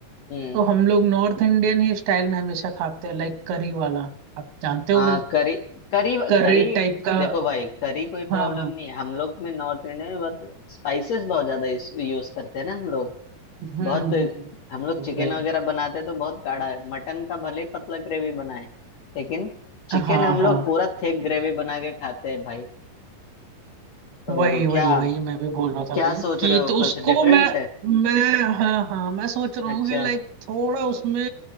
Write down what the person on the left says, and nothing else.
हम्म
हाँ करी करी
करी
देखो भाई करी कोई प्रॉब्लम
नहीं है हम लोग में नॉर्थ इंडिया में बहुत स्पाइसेस बहुत ज्यादा यूज करते हैं ना हम लोग
बहुत
हम लोग
चिकन
वगैरह बनाते तो बहुत गाढ़ा है मटन का भले ही पतला ग्रेवी बनाए लेकिन चिकन
हम
लोग पूरा थिक ग्रेवी बना के खाते हैं भाई तो
क्या
क्या
सोच
रहे हो
कुछ डिफरेंट
है
अच्छा